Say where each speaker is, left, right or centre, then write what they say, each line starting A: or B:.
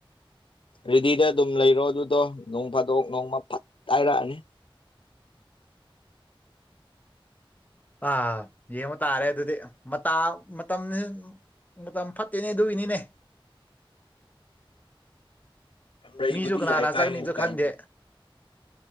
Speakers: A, on the left; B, on the left.
A: ꯔꯦꯗꯤꯗꯥ ꯑꯗꯨꯝ ꯂꯩꯔꯣ ꯑꯗꯨꯗꯣ ꯅꯣꯡ ꯐꯥꯗꯣꯛ ꯅꯣꯡꯃ ꯐꯠ ꯍꯥꯏꯔꯛꯑꯅꯤ
B: ꯑꯥ ꯌꯦꯡꯕ ꯇꯥꯔꯦ ꯑꯗꯨꯗꯤ ꯃꯥꯇꯥ ꯃꯇꯝ ꯃꯇꯝ ꯐꯠꯇꯦꯅꯦ ꯑꯗꯨꯨꯏꯅꯤꯅꯦ
A: ꯃꯔꯩꯕꯨꯗꯤ
B: ꯃꯤꯖꯨ ꯀꯥꯥꯅꯥ
A: ꯌꯥꯏ
B: ꯀꯥꯥꯅꯥ
A: ꯀꯥꯏꯅ
B: ꯆꯠꯀꯥꯅꯤꯖꯨ
A: ꯀꯥꯏꯅ
B: ꯈꯥꯡꯗꯦ